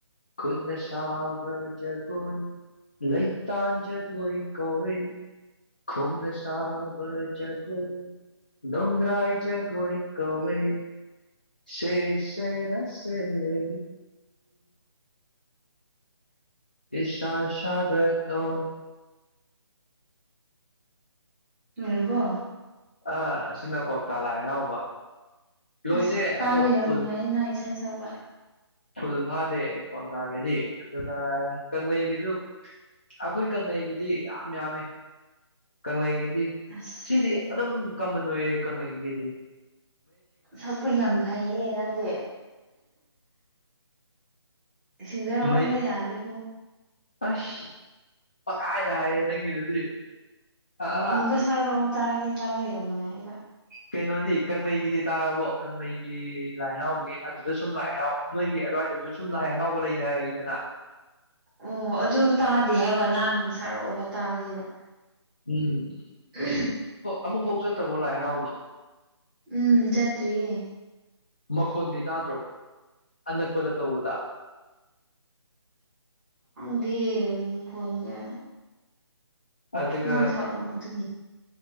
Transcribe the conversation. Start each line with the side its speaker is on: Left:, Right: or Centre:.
Left: ꯈꯨꯅꯁꯥꯕꯖꯒꯨꯟ ꯂꯩꯩꯇꯥꯖꯒꯣꯏ ꯀꯧꯋꯦ ꯈꯨꯨꯝ ꯁꯥꯕꯖꯒ ꯗꯣꯝꯗ꯭ꯔꯥꯏ ꯆ ꯀꯣꯏ ꯀꯧꯋꯦ ꯁꯦꯁꯦꯔ ꯁꯦꯅꯤ ꯁꯁꯒꯔ ꯅꯣ
Centre: ꯔꯔꯕꯣ
Left: ꯑ ꯁꯤꯅ ꯀ꯭ꯋꯇꯥ ꯂꯥꯏ ꯍꯔꯥꯎꯕ ꯂꯣꯏꯗꯦ
Centre: ꯑꯁ ꯇꯥꯕ
Left: ꯑꯗꯣ
Centre: ꯌꯥꯝ
Left: ꯐꯨꯜ
Centre: ꯅꯨꯡꯉꯥꯏ ꯅꯍ ꯏꯁꯥ ꯁꯥꯕ
Left: ꯐꯨꯜ ꯐꯥꯗꯦ ꯀ꯭ꯒꯥꯥꯒꯤꯗꯤ ꯑꯗꯨꯒ ꯀꯪꯂꯩꯒꯤꯁꯨ ꯑꯩꯈꯣꯏ ꯀꯪꯂꯩꯒꯤꯗꯤ ꯌꯥꯝ ꯌꯥꯝꯃꯤ ꯀꯪꯂꯩꯒꯤ
Centre: ꯑꯁ
Left: ꯁꯤꯗꯤ ꯑꯗꯨꯝ ꯀꯃꯟ ꯑꯣꯏꯌꯦ ꯀꯩꯅꯣꯒꯤꯗꯤ
Centre: ꯁꯛꯄ ꯌꯥꯝ ꯐꯩꯌꯦ ꯅꯪꯗꯤ ꯁꯤꯡꯒꯔ ꯑꯣꯟꯕ
Left: ꯃꯩ
Centre: ꯌꯥꯅꯤꯀꯣ
Left: ꯑꯁ ꯀꯗꯥꯥꯏꯗ ꯍꯥꯏꯔꯦ ꯅꯪꯒꯤꯗꯨꯗꯤ ꯑꯥ
Centre: ꯑꯃꯨꯛꯀ ꯁꯥꯔꯛꯑꯣ ꯇꯥꯒꯦ ꯇꯥꯕ ꯌꯥꯝ ꯅꯨꯡꯉꯥꯏꯕ
Left: ꯀꯩꯅꯣꯗꯤ ꯀꯪꯂꯩꯒꯤꯗꯤ ꯇꯥꯔꯕꯣ ꯀꯪꯂꯩꯒꯤ ꯂꯥꯏ ꯍꯔꯥꯎꯕꯒꯤ ꯑꯗꯨꯗ ꯁꯨꯝ ꯂꯥꯏ ꯍꯔꯥꯎ ꯅꯣꯏꯒꯤ ꯑꯗꯨꯋꯥꯏꯗ ꯑꯗꯨꯁꯨ ꯁꯨꯝ ꯂꯥꯏ ꯍꯔꯥꯎꯕ ꯂꯩꯅꯩꯗꯅ
Centre: ꯑꯣ ꯑꯗꯨ ꯇꯥꯗꯦ ꯍꯥꯏꯕ ꯅꯍꯥꯡ ꯁꯥꯔꯛꯎꯕ ꯇꯥꯒꯦꯕ
Left: ꯎꯝ
Centre: ꯎ
Left: ꯑꯃꯨꯛ ꯐꯥꯎ ꯆꯠꯇꯕ꯭ꯔꯣ ꯂꯥꯏ ꯍꯔꯥꯎꯕ
Centre: ꯎꯝ ꯆꯇ꯭ꯔꯤꯌꯦ
Left: ꯃꯈꯣꯟꯗꯤ ꯇꯥꯗ꯭ꯔꯣ ꯑꯅꯛꯄꯗ ꯇꯧꯕꯗ
Centre: ꯪꯗꯤ ꯎ ꯐꯣꯟꯣꯟꯒ
Left: ꯑꯗꯨꯒ
Centre: ꯅꯪ ꯁꯥꯔ ꯑꯗꯨ